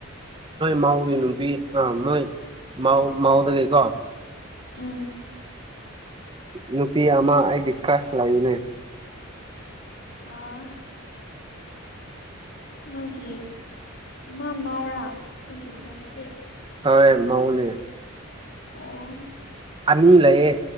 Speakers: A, on the right (about 25°); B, on the left (about 60°).
A: ꯃꯥꯎꯒꯤ ꯅꯨꯄꯤ ꯑꯥ ꯃꯣꯏ ꯃꯥꯎ ꯃꯥꯎꯗ ꯀꯩꯀꯣ
B: ꯎꯝ
A: ꯅꯨꯄꯤ ꯑꯃ ꯑꯩꯒꯤ ꯀ꯭ꯂꯥꯁ ꯂꯥꯏꯌꯨꯅꯤ
B: ꯑꯥ ꯃꯥꯒꯤ ꯃꯥ ꯃꯥꯎꯔꯥ ꯑꯩꯒꯤ ꯈꯔꯁꯤꯗꯤ
A: ꯈꯔ ꯃꯅꯦ
B: ꯑꯣ
A: ꯑꯅꯤ ꯂꯩꯌꯦ